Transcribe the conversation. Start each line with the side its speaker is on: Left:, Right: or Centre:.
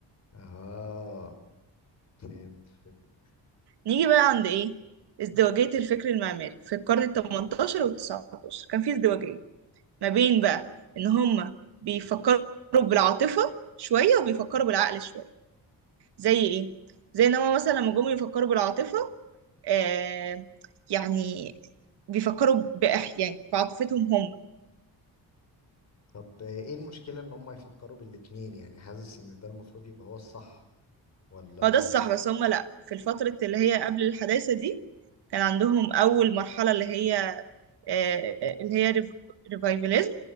Left: اه فهمت فهمت
Right: نيجي بقى عند ايه ازدواجية الفكر المعماري في القرن التمنتاشر والتسعتاشر كان في ازدواجية ما بين بقى ان هما بيفكروا بالعاطفة شوية وبيفكروا بالعقل شوية زي ايه زي ان هما مثلا لما جم يفكروا بالعاطفة آه يعني بيفكروا بأح يعني بعاطفتهم هم
Left: طب ايه المشكلة ان هم يفكروا بالاتنين يعني حاسس ان ده المفروض يبقى هو الصح ولا
Right: هو ده الصح بس هما لأ في الفترة اللي هي قبل الحداثة دي كان عندهم أول مرحلة اللي هي آه، اللي هي ريف- ريفايفاليزم